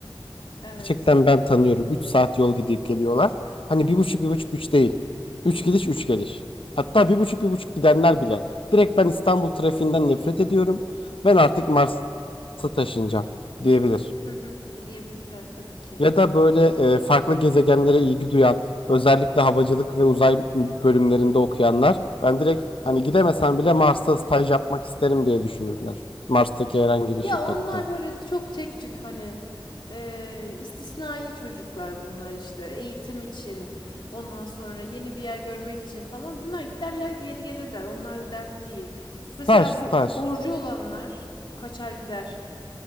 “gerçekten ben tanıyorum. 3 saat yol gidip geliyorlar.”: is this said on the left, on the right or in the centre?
Left